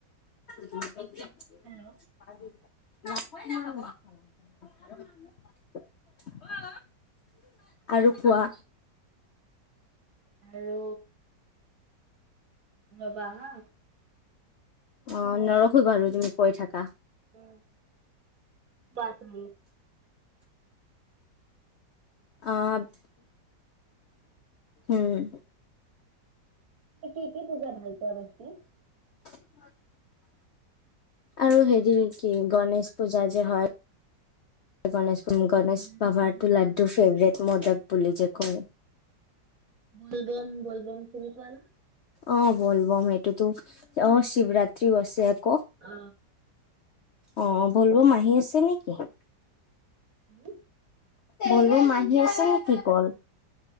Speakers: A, on the left; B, on the right.
A: <unintelligible>
B: হেল্ল'
A: <inaudible> আৰু কোৱা।
B: আৰু ৰ'বা হা।
A: অ', নৰখো বাৰু তুমি কৈ থাক
B: উম। বাত ন'।
A: অ'। উম।
B: কি কি পুজা ভাল পোৱা ৰুচি?
A: <inaudible> আৰু হেৰি কি গণেশ পূজা যে হয়। গণেশ
B: অ',
A: গণেশ বাবাৰটো
B: পূজা
A: লাডু ফেভৰেট। মদক বুলি যে কয়
B: বলবম, বলবম তুমি কোৱা না।
A: অ', বল বম সেইটোতো অ', শিৱৰাত্ৰিও আছে। ক
B: অ তাৰপিছত
A: অ', বল বম আহি আছে নেকি? <inaudible>
B: উম
A: বলো মাহী আছে নেকি গ'ল?